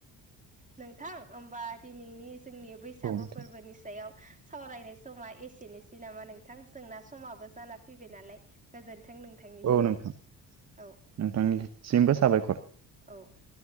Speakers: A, on the right; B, on the right.
A: नोंथां होमबा दिनैनि जोंनि बैसागु
B: औ नोंथां
A: फोर्बोनि सायाव सावरायनाय स'मा एसेनोसै नामा नोंथां? जोंना समाबो जाना फैबाय नालाय गोजोन नथों नोंथांनिसिम
B: औ नोंथां
A: । औ
B: नोंथांनिसिमबो साबायखर
A: औ ।